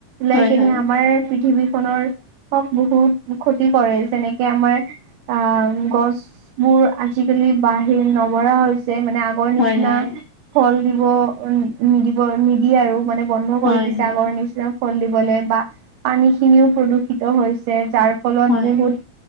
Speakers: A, on the right; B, on the left.
A: ওলাই
B: হয়
A: কেনে
B: হয়
A: আমাৰ পৃথিৱীখনৰ, হক বহুত ক্ষতি কৰে যেনেকে আমাৰ আ গছ বোৰ আজিকালি বাহিৰ নবৰা হৈছে মানে গৰ নিচিনা,
B: হয় হয়
A: ফল দিব উ নিদিব নিদিয়ে আৰু মানে বন্ধ
B: হয়
A: কৰি দিছে,
B: হয়
A: আগৰ নিচিনা ফল দিবলৈ বা পানী খিনিও প্ৰদূষিত হৈছে যাৰ ফলত
B: হয়
A: বহুত